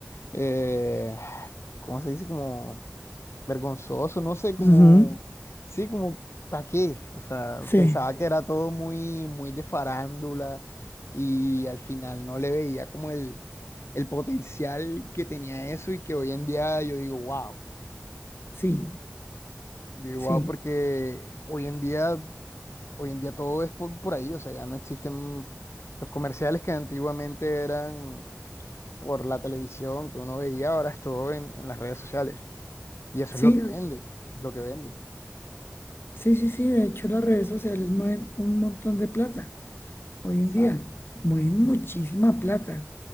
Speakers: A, on the left; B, on the left.
A: eh, ¿cómo se dice? Como... vergonzoso, no sé, como,
B: ujú,
A: sí, como, ¿para qué? O sea,
B: Sí,
A: pensaba que era todo muy, muy de farándula y al final no le veía como el, el potencial que tenía eso y que hoy en día yo digo, wow,
B: sí,
A: yo digo,
B: sí,
A: wow, porque hoy en día, hoy en día todo es por, por ahí, o sea, ya no existen los comerciales que antiguamente eran por la televisión que uno veía, ahora es todo en, en las redes sociales y eso
B: sí.
A: es lo que vende, Sí. es lo que vende.
B: Sí, sí, sí, de hecho las redes sociales mueven un montón de plata hoy
A: exacto
B: en día, mueven muchísima plata